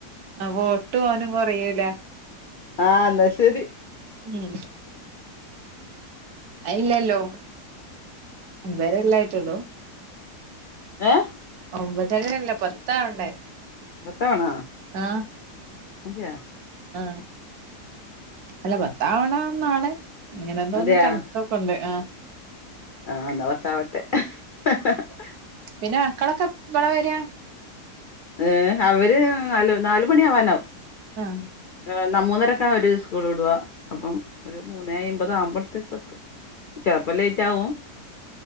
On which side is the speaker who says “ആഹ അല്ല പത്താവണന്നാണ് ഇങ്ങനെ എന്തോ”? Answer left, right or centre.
Right